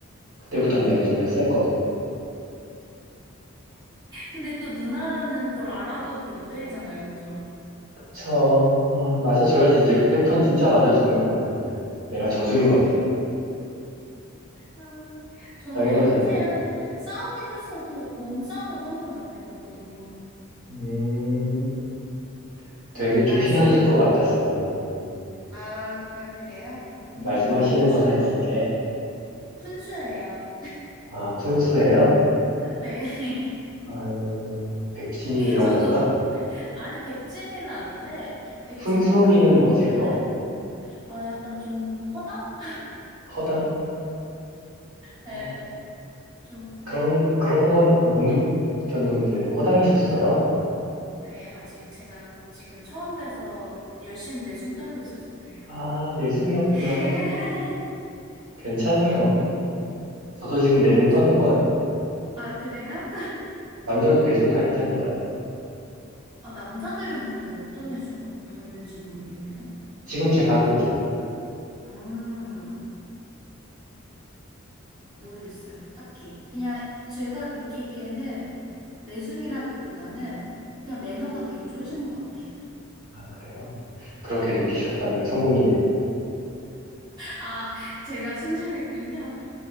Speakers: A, on the right; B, on the right.
A: 그때부터는
B: 음.
A: 내가 좀 더 셌거든.
B: 근데 또 누나는 그걸 알아도 그래도 때리잖아요, 그쵸?
A: 저, 어, 맞아줘야지. 이제 그때부터는 진짜 맞아주는 거예요, 그냥. 내가 져주는 거지.
B: 음, 저는
A: 당연하잖아요.
B: 여동생이랑 싸우긴 했어도 몸싸움은 한 번도 안 해봤거든요.
A: 음, 되게
B: 근데
A: 조신하실
B: 말싸움은,
A: 것 같았어요. 음,
B: 아, 아, 그래요? 아니에요.
A: 말씀하시는
B: 푼수,
A: 거나 이런 게,
B: 푼수예요.
A: 아, 푼수예요?
B: 네. <laughs>
A: 아유, 백치미 이런
B: 저도,
A: 건가?
B: 아니, 백치미는 아닌데, 백치미는
A: 훈수미는
B: 아닌데,
A: 뭐지,
B: 네.
A: 그럼?
B: 아, 약간 좀 허당?
A: 허당? 어,
B: 네. 좀,
A: 그런, 그런 건 못 느꼈는데, 허당이셨어요?
B: 아, 네. 아직 제가 지금 처음 봬서 열심히 내숭 떨고 있어서 그래요.
A: 아, 내숭이었구나.
B: <laughs>
A: 괜찮아요. 저도 지금 내숭
B: 그쵸.
A: 떠는 거예요.
B: 아, 그래요?
A: 남자도 내숭 다 있다니까요.
B: 아, 남자들은 근데 어떤 내숭을 부리는지 모르겠네요.
A: 지금 제가 하고 있잖아요.
B: 음, 모르겠어요. 딱히. 그냥 제가 느끼기에는 내숭이라기보다는 그냥 매너가 되게 좋으신 것 같아요.
A: 아, 그래요? 그렇게
B: 네.
A: 느끼셨다면 성공이네요.
B: 아, 제가 순진했군요.